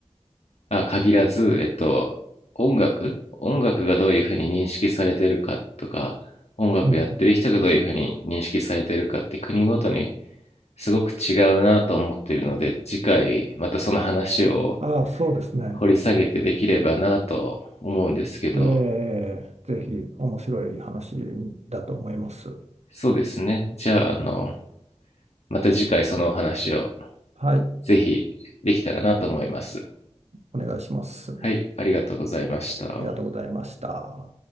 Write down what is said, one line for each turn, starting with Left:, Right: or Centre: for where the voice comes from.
Left: あ、限らず、えっと、音楽音楽がどういうふうに認識されてるかとか、音楽やってる人がどういうふうに認識されてるかって国ごとに
Right: うん、
Left: すごく違うなと思ってるので、次回またその話を
Right: ああ、そうですね、
Left: 掘り下げてできればなと思うんですけど、
Right: ええ、ぜひ面白い話だと思います。
Left: そうですね。じゃあ、あの、また次回そのお話を
Right: はい、
Left: ぜひできたらなと思います。
Right: お願いします。あ
Left: はい、ありがとうございました。
Right: りがとうございました。